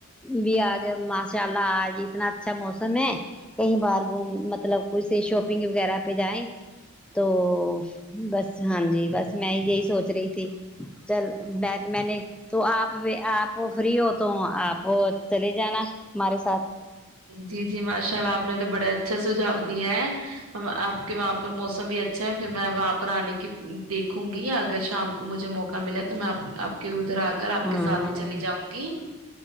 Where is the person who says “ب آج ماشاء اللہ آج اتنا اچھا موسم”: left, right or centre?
Centre